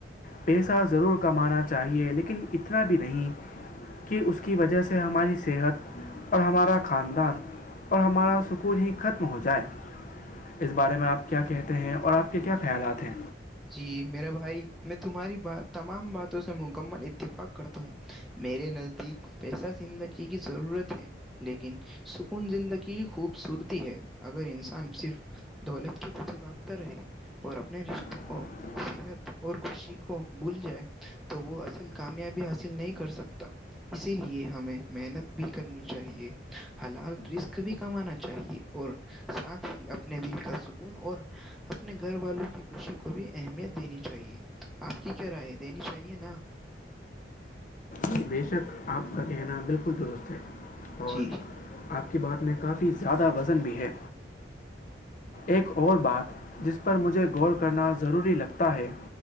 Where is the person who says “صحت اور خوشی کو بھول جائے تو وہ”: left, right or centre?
Centre